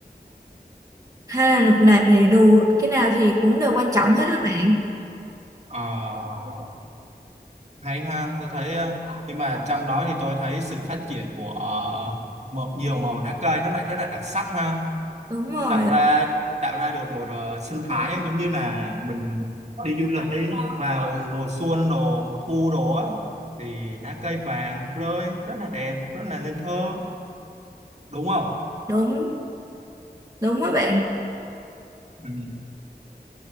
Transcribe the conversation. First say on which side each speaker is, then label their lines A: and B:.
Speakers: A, on the right; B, on the right.
A: hay là lục nạp thì đủ cái nào thì cũng đều quan trọng hết á bạn.
B: Ờ, hay ha tôi thấy ờ, nhưng mà trong đó thì tôi thấy sự phát triển của ờ, một nhiều màu lá cây nó lại rất là đặc sắc ha
A: Đúng rồi,
B: tạo ra tạo ra được một ờ, sinh thái giống như là mình đi du lịch đi vào mùa xuân đồ mùa thu đồ á thì lá cây vàng rơi rất là đẹp rất là nên thơ đúng không
A: đúng đúng á bạn.
B: Ừ.